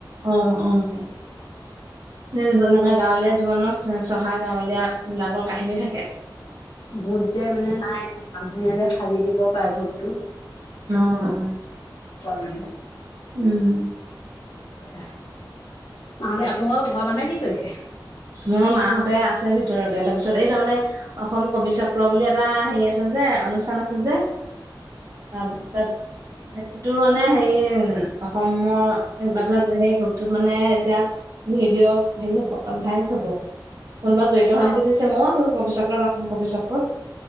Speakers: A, on the right; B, on the left.
A: অ
B: ধৰক
A: অ উ তেনেকুৱা গাঁৱলীয়া জীৱনত চহা গাঁৱলীয়া বিলাকৰ কাহিনী থাকে।
B: ভোত যে মানে নাই মানুহে যে সাজি দিব পাৰে ভোটটো।
A: অ অ
B: মানে
A: উম
B: কথা মাহঁতে আপোনালোকৰ ঘৰৰ মানুহে কি কৰিছে?
A: মোৰ মাহতে আছে ভিতৰতে। তাৰপিছত এই তাৰমানে অসম কবি চক্ৰ বুলি এটা হেৰি আছ যে অনুষ্ঠান আছে যে তাৰপিছত সেইটো মানে হেৰি অসমৰ তাৰপিছত সেই গ্ৰুপটোত মানে এতিয়া ভিডিঅ' হেৰি হ'ব কনভাৰেন্স কোনোবা জড়িত হয়
B: অ
A: নেকি সুধিছে। মইও আছো কবি চক্ৰত অসম কবি চক্ৰত।